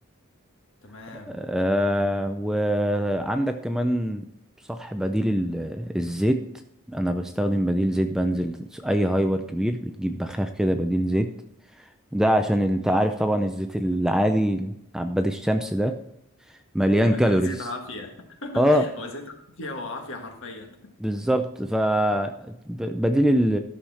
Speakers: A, on the left; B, in the centre.
A: تمام
B: آه وعندك كمان صح بديل ال- الزيت انا بستخدم بديل زيت بنزل اي هايبر كبير بتجيب بخاخ كده بديل زيت ده عشان انت عارف طبعا الزيت العادي عباد الشمس ده مليان
A: <laughs>
B: كالوريز
A: زيت عافيه <laughs>
B: اه
A: هو زيت عافيه هو عافيه حرفيا
B: بالظبط ف ب- بديل ال-